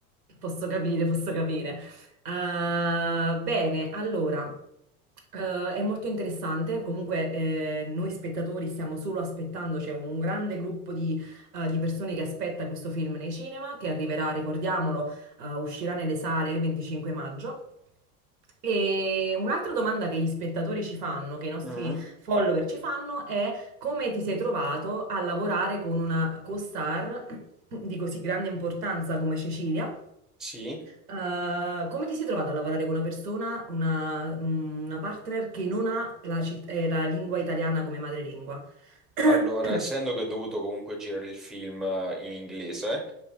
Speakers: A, on the right; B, in the centre.
A: posso capire, posso capire. Eh, bene, allora, eh, è molto interessante. Comunque, eh, noi spettatori stiamo solo aspettando, c'è un grande gruppo di, eh, di persone che aspetta questo film nei cinema, che arriverà, ricordiamolo, eh, uscirà nelle sale il 25 maggio. E un'altra domanda che gli spettatori ci fanno, che i nostri
B: Mm,
A: follower ci fanno, è come ti sei trovato a lavorare con una co-star di così grande importanza come Cecilia?
B: sì.
A: Eh, come ti sei trovato a lavorare con una persona, una, mm, una partner che non ha la, cit- eh, la lingua italiana come madrelingua? <clears throat>
B: Allora, essendo che ho dovuto comunque girare il film eh, in inglese,